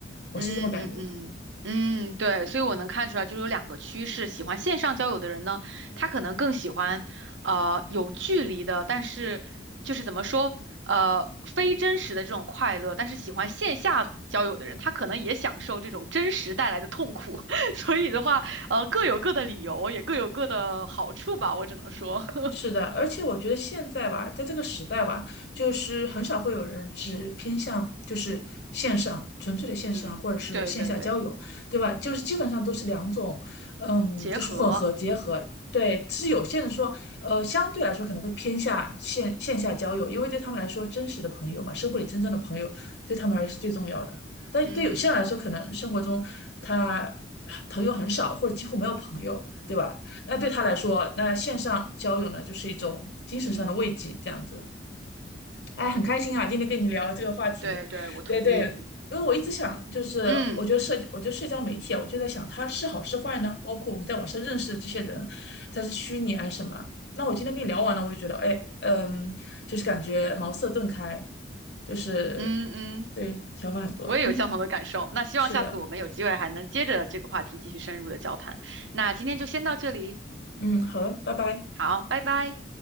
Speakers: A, on the left; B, on the right.
A: 我是这么感觉。
B: 嗯嗯嗯嗯，对，所以我能看出来，就是有两个趋势，喜欢线上交友的人呢，他可能更喜欢，呃，有距离的，但是就是怎么说，呃，非真实的这种快乐，但是喜欢线下交友的人，他可能也享受这种真实带来的痛苦，<laughs> 所以的话，呃，各有各的理由，也各有各的好处吧，我只能说，<laughs>
A: 是的，而且我觉得现在吧，在这个时代吧，就是很少会有人只偏向就是线上，纯粹的线上或者是线下交友，
B: 嗯，对对对，
A: 对吧？就是基本上都是两种，嗯，
B: 结合，
A: 就是混合结合。对，只是有些人说，呃，相对来说可能会偏向线线下交友，因为对他们来说，真实的朋友嘛，生活里真正的朋友对他们而言是最重要的。但对有些人来说，
B: 嗯
A: 可能生活中他朋友很少，或者几乎没有朋友，对吧？那对他来说，那线上交友呢，就是一种精神上的慰藉，
B: 嗯，
A: 这样子。哎，很开心啊，今天跟你聊这个话题。
B: 对对，我同意，
A: 对对，因为我一直想，就是我觉得社，
B: 嗯
A: 我觉得社交媒体啊，我就在想它是好是坏呢？包括我们在网上认识的这些人，他是虚拟还是什么？那我今天跟你聊完了，我就觉得，哎，嗯，就是感觉茅塞顿开，就是
B: 嗯嗯。
A: 对，想法很多。
B: 我也有相同的感受。
A: 嗯，
B: 那希望下次我们有机会还能接着这个话题继续深入的交谈。
A: 是的，
B: 那今天就先到这里，
A: 嗯，好，拜拜。
B: 好，拜拜。